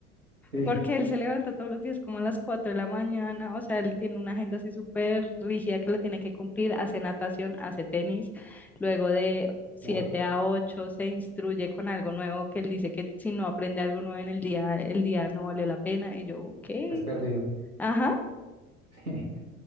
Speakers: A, on the right; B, in the centre.
A: Sí,
B: Porque él se levanta todos los días como a las 4 de la mañana, o sea, él tiene una agenda así súper rígida que la tiene que cumplir, hace natación, hace tenis, luego de siete
A: uf,
B: a ocho se instruye con algo nuevo que él dice que si no aprende algo nuevo en el día, el día no vale la pena. Y yo, ok,
A: es perdido.
B: ajá,
A: <laughs>